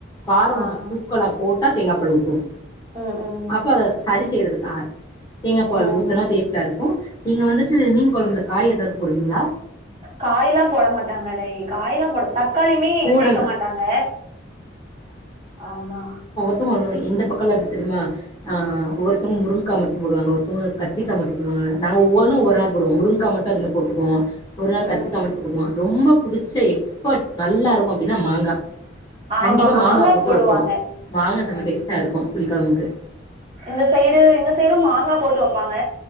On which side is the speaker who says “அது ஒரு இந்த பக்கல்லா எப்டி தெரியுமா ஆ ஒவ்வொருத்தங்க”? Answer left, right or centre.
Left